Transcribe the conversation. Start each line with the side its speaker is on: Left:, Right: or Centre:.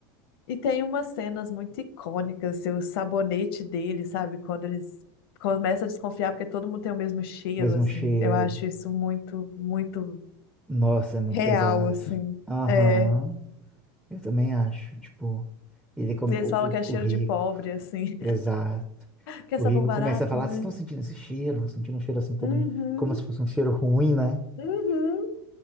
Left: E tem umas cenas muito icônicas, assim, o sabonete dele, sabe? Quando eles começam a desconfiar porque todo mundo tem o mesmo cheiro,
Centre: Mesmo
Left: assim.
Centre: cheiro.
Left: Eu acho isso muito, muito
Centre: Nossa, é muito
Left: real,
Centre: pesado.
Left: assim.
Centre: Aham.
Left: É. E
Centre: Eu também acho, tipo, ele come
Left: eles
Centre: o,
Left: falam que
Centre: o,
Left: é cheiro
Centre: o Rico.
Left: de pobre, assim. <laughs>
Centre: Exato.
Left: Que é
Centre: O
Left: sabão
Centre: Rico
Left: barato,
Centre: começa a falar,
Left: né?
Centre: vocês estão sentindo esse cheiro? Sentindo um cheiro assim todo,
Left: Uhum,
Centre: como se fosse um cheiro ruim, né?
Left: uhum.